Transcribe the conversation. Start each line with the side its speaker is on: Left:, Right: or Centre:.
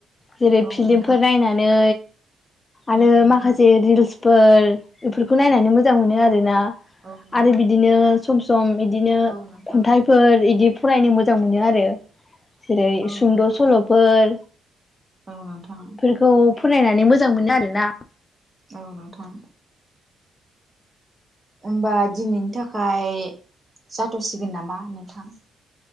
Left: जेरै
Right: औ
Left: फिलिमफोर
Right: नोंथां
Left: नायनानै आरो
Right: औ नोंथां
Left: माखासे रिल्सफोर बेफोरखौ नायनानै मोजां मोनो आरोना।
Right: औ नोंथां
Left: आरो बिदिनो सम सम बिदिनो
Right: औ नोंथां
Left: खन्थाइ फोर इदि फरायनो मोजां मोनो आरो। जेरै
Right: औ
Left: सुंद'
Right: नोंथां
Left: सल'फोर
Right: औ नोंथां
Left: खौ फरायनानै मोजां मोनो आरोना।
Right: औ नोथां। होमबा दिनैनि थाखाय जाथ'सिगोन नामा नोंथां?